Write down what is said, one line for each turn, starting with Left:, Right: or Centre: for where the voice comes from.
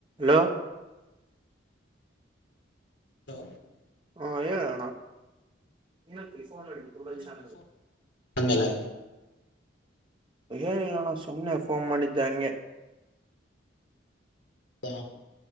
Right: Low
Left: hello
Right: ಹಾ ಹೇಳನ ನೀಿ ಫೋನ್ ನಿ ತುಂಬಲ್ಲಿ ಚ
Left: ಅನ್ನಲೆ
Right: ಏನಿಲ್ಲ ನೋಡ ಸುಮ್ಮನೆ ಫೋನ್ ಮಾಡಿದ್ದ ಹಂಗೆ. <inaudible>
Left: ಹ್ಮ.